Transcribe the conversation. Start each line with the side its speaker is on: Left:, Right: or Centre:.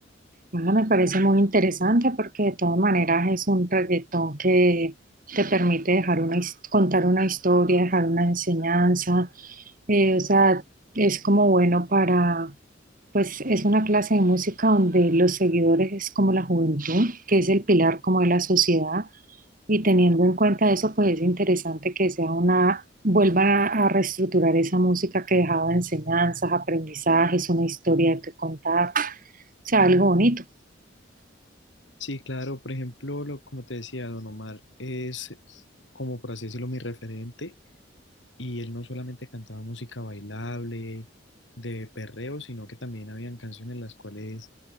Right: Ah, me parece muy interesante porque de todas maneras es un reggaetón que te permite dejar una, his- contar una historia, dejar una enseñanza, Eh, o sea, es como bueno para, pues es una clase de música donde los seguidores es como la juventud, que es el pilar como de la sociedad, y teniendo en cuenta eso, pues es interesante que sea una, vuelvan a, a reestructurar esa música que dejaba enseñanzas, aprendizajes, una historia que contar, o sea, algo bonito.
Left: Sí, claro, por ejemplo, lo, como te decía, Don Omar es, como por así decirlo, mi referente, y él no solamente cantaba música bailable, de perreo, sino que también habían canciones las cuales